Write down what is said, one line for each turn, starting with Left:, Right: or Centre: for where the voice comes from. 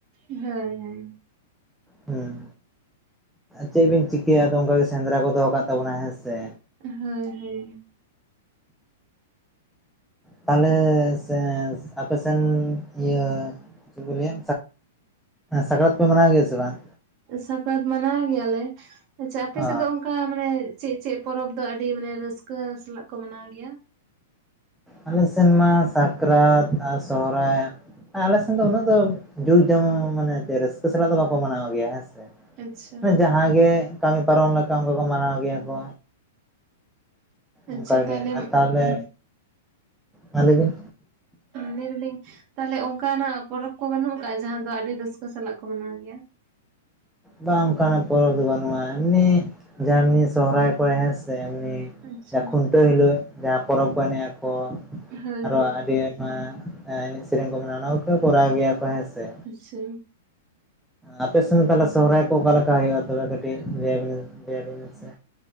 Right: ᱦᱳᱭ
Centre: ᱦᱩᱸ ᱪᱮᱫ ᱵᱤᱱ ᱪᱤᱠᱟᱹᱭᱟ ᱟᱫᱚ ᱚᱱᱠᱟᱜᱮ ᱥᱮᱸᱫᱽᱨᱟ ᱠᱚ ᱫᱚᱦᱚ ᱠᱟᱜ ᱛᱟᱵᱚᱱᱟ ᱦᱮᱸ ᱥᱮ
Right: ᱦᱳᱭ ᱦᱳᱭ
Centre: ᱛᱟᱦᱞᱮ ᱥᱮ ᱟᱯᱮ ᱥᱮᱱ ᱤᱭᱟᱹ ᱪᱮᱫ ᱠᱚ ᱞᱟᱹᱭᱟ ᱥᱟᱠᱨᱟᱛ ᱯᱮ ᱢᱟᱱᱟᱣ ᱜᱮᱭᱟ ᱥᱮ ᱵᱟᱝ
Right: ᱥᱟᱠᱨᱟᱛ ᱢᱟᱱᱟᱣ ᱜᱮᱭᱟ ᱞᱮ ᱟᱪᱷᱟ ᱟᱯᱮ
Centre: ᱚ
Right: ᱥᱮᱫ ᱫᱚ ᱚᱱᱠᱟ ᱢᱟᱱᱮ ᱪᱮᱫ-ᱪᱮᱫ ᱯᱚᱨᱚᱵᱽ ᱫᱚ ᱟᱹᱰᱤ ᱢᱟᱱᱮ ᱨᱟᱹᱥᱠᱟᱹ ᱥᱟᱞᱟᱜ ᱠᱚ ᱢᱟᱱᱟᱣ ᱜᱮᱭᱟ
Centre: ᱟᱞᱮ ᱥᱮᱱ ᱢᱟ ᱥᱟᱠᱨᱟᱛ ᱟᱨ ᱥᱚᱦᱨᱟᱭ ᱟᱞᱮ ᱥᱮᱱ ᱫᱚ ᱩᱱᱟᱹᱜ ᱫᱚ ᱡᱟᱠ-ᱡᱚᱢᱚᱱ ᱢᱟᱱᱮ ᱨᱟᱹᱥᱠᱟᱹ ᱥᱟᱞᱟᱜ ᱫᱚ ᱵᱟᱠᱚ ᱢᱟᱱᱟᱣ ᱜᱮᱭᱟ ᱦᱮᱸ ᱥᱮ
Right: ᱟᱪᱪᱷᱟ
Centre: ᱡᱟᱦᱟᱸ ᱜᱮ ᱠᱟᱹᱢᱤ ᱯᱟᱨᱚᱢ ᱞᱮᱠᱟ ᱚᱝᱠᱟ ᱠᱚ ᱢᱟᱱᱟᱣ ᱜᱮᱭᱟ ᱠᱚ ᱚᱱᱠᱟ
Right: ᱪᱮᱫ ᱦᱚᱸ ᱵᱟᱝ ᱟᱸᱡᱚᱢᱚᱜ ᱠᱟᱱᱟ ᱾ ᱟᱪᱷᱟ ᱛᱟᱦᱞᱮ
Centre: ᱜᱮ ᱟᱨ ᱛᱟᱦᱚᱞᱮ
Right: ᱩᱢ
Centre: ᱢᱟ ᱞᱟᱹᱭ ᱵᱤᱱ
Right: ᱞᱟᱹᱭ ᱫᱟ. ᱞᱤᱧ ᱛᱟᱦᱚᱞᱮ ᱚᱱᱠᱟᱱᱟᱜ ᱯᱚᱨᱚᱵᱽ ᱠᱚ ᱵᱟᱹᱱᱩᱜ ᱠᱟᱜᱼᱟ ᱡᱟᱦᱟᱸ ᱫᱚ ᱟᱹᱰᱤ ᱨᱟᱹᱥᱠᱟᱹ ᱥᱟᱞᱟᱜ ᱠᱚ ᱢᱟᱱᱟᱣ ᱜᱮᱭᱟ
Centre: ᱵᱟᱝ ᱚᱱᱠᱟᱱᱟᱜ ᱯᱚᱨᱚᱵᱽ ᱫᱚ ᱵᱟᱹᱱᱩᱜᱼᱟ ᱮᱢᱱᱤ ᱡᱟᱦᱟᱸ ᱮᱢᱱᱤ ᱥᱚᱦᱨᱟᱭ ᱠᱚᱨᱮ ᱦᱮᱸ ᱥᱮ ᱮᱢᱱᱤ
Right: ᱟᱪᱪᱷᱟ
Centre: ᱠᱷᱩᱱᱴᱟᱹᱣ ᱦᱤᱞᱚᱜ ᱡᱟᱦᱟᱸ ᱯᱚᱨᱚᱵᱽ ᱠᱚ ᱮᱱᱮᱡ ᱟᱠᱚ
Right: ᱦᱳᱭ
Centre: ᱟᱨᱚ
Right: ᱦᱳᱭ
Centre: ᱟᱹᱰᱤ ᱱᱚᱣᱟ ᱮᱱᱮᱡ-ᱥᱮᱨᱮᱧ ᱠᱚ ᱢᱮᱱᱟᱜᱼᱟ ᱚᱱᱟ ᱠᱚ ᱠᱚᱨᱟᱣ ᱜᱮᱭᱟ ᱠᱚ ᱦᱮᱸ ᱥᱮ
Right: ᱟᱪᱷᱟ
Centre: ᱟᱯᱮ ᱥᱮᱱ ᱛᱟᱦᱚᱞᱮ ᱥᱚᱦᱨᱟᱭ ᱠᱚ ᱚᱠᱟ ᱞᱮᱠᱟ ᱦᱩᱭᱩᱜᱼᱟ, ᱛᱚᱵᱮ ᱠᱟᱹᱴᱤᱡ ᱞᱟᱹᱭ ᱟᱵᱤᱱ-ᱞᱟᱹᱭ ᱟᱵᱤᱱ ᱢᱮᱥᱮ